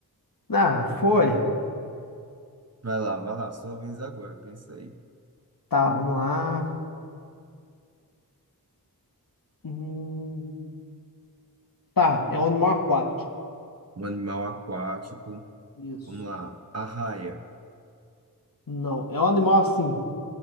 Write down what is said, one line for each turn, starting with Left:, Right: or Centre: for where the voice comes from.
Left: Ah, foi.
Right: Vai lá, vai lá, sua vez agora, pensa aí.
Left: Tá, vamos lá. Hum, tá, é um animal aquático.
Right: Um animal aquático.
Left: Isso.
Right: Vamos lá, arraia.
Left: Não, é um animal assim.